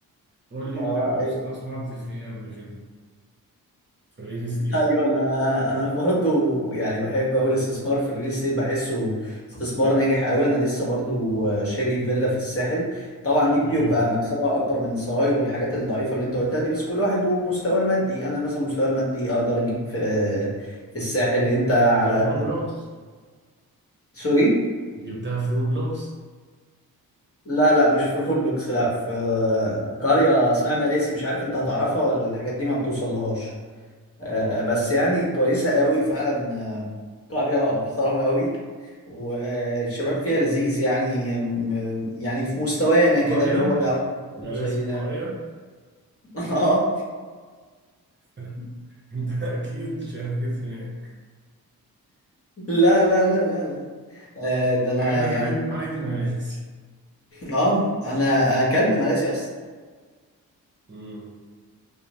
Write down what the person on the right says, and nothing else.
قول لي
أنت
استثمرت في إيه قبل كده؟ في الريل استيت
مم.
جبتها في
روبلوكس
جبتها في روبلوكس
قرية
مراسي
قرية
<laughs> أنت أكيد شريت هناك
يعني أنت
شايف قرية مراسي
مم.